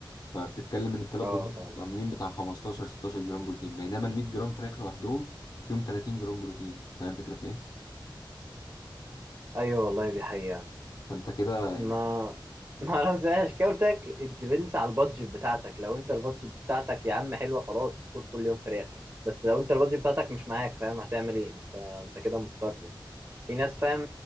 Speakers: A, on the left (about 50°); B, on the right (about 35°).
A: فبتتكلم ان الثلاث
B: اه
A: بيضات
B: فعلا
A: عاملين بتاع 15 16 جرام بروتين بينما ال 100 جرام فراخ لوحدهم فيهم 30 جرام بروتين فاهم الفكره في ايه
B: ايوه والله دي حقيقة
A: فانت كده
B: ما
A: يعني
B: ما انا زهقش كده قلت لك الديبنس على البادجت بتاعتك لو انت البادجت بتاعتك يا عم حلوه خلاص كل كل يوم فراخ بس لو انت البادجت بتاعتك مش معاك فاهم هتعمل ايه انت انت كده مضطر يعني. في ناس فاهم